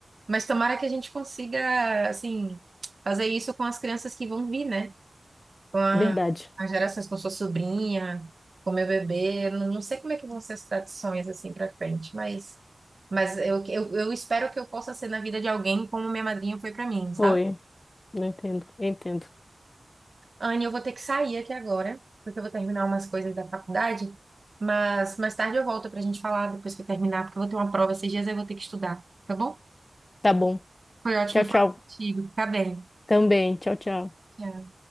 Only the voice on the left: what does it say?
Verdade.
Foi. Não entendo, eu entendo.
Tá bom.
Tchau,
tchau.
Também. Tchau, tchau.